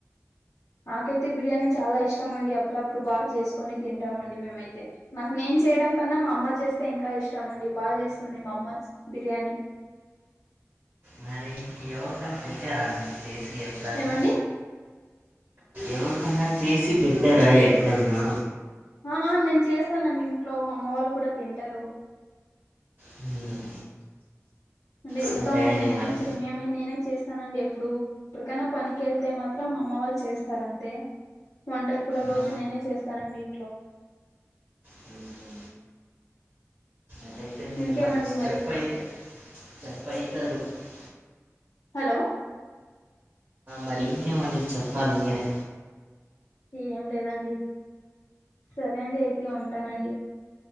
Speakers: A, on the left (about 85°); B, on the right (about 40°).
A: నాకైతే బిర్యానీ చాలా ఇష్టం అండి అప్పుడప్పుడు బాగా చేసుకొని తింటామండి మేమైతే నాకు నేను చేయడం కన్నా మా అమ్మ చేస్తే ఇంకా ఇష్టం అండి బాగా చేస్తుంది మా అమ్మ బిర్యానీ
B: మరి ఎవరికన పెట్టారా మీరు చేసి ఎప్పుడన్నా
A: ఏమండి
B: ఎవరికన్నా చేసి పెట్టారా ఎప్పుడన్నా
A: ఆ నేను చేస్తానండి ఇంట్లో మా అమ్మ వాళ్ళు కూడా తింటారు
B: హ్మ్.
A: అంటే ఇంట్లో
B: సరే
A: ఉంటేనే
B: అండి మరి.
A: మేమే నేనే చేస్తానండి ఎప్పుడు ఇప్పటికైనా పనికి వెళ్తే మాత్రం అమ్మ వాళ్ళు చేస్తారంతే వంటలు కూడ రోజు
B: ఆ!
A: నేనే చేస్తానండి ఇంట్లో
B: హ్మ్. అటైతే మీరు
A: ఇంకేమండి
B: మంచి
A: మరి
B: చెఫ్ అయితే. <unintelligible>
A: హలో
B: మరి ఇంకేమని చెప్పాలి మీరే
A: ఏం లేదండి సరే అండి అయితే ఉంటానండి